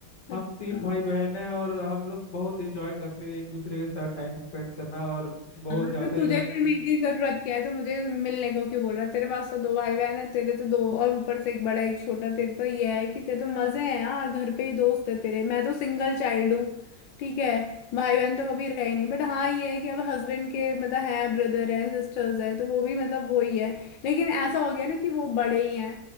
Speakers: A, on the left; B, on the left.
A: अच्छा
B: हम तीन भाई बहन हैं और हम लोग बहुत इंजॉय करते हैं एक दूसरे के साथ टाइम स्पेंड करना और
A: हाँ
B: बहुत ज़्यादा
A: तो
B: ही
A: तुझे
B: हम
A: फिर
B: तुम
A: मेरी जरूरत क्या है तो मुझे मिलने को क्यों बोल रहा है? तेरे पास तो दो भाई बहन है तेरे तो दो और ऊपर से एक बड़ा एक छोटा तेरे तो ये है कि तेरे तो मजे हैं यार घर पे ही दोस्त है तेरे मैं तो सिंगल चाइल्ड हूँ ठीक है भाई बहन तो कभी रहे नहीं बट हाँ ये है कि अब हस्बैंड के मतलब हैं ब्रदर हैं सिस्टर्स हैं तो वो भी मतलब वो ही है लेकिन ऐसा हो गया ना कि वो बड़े ही हैं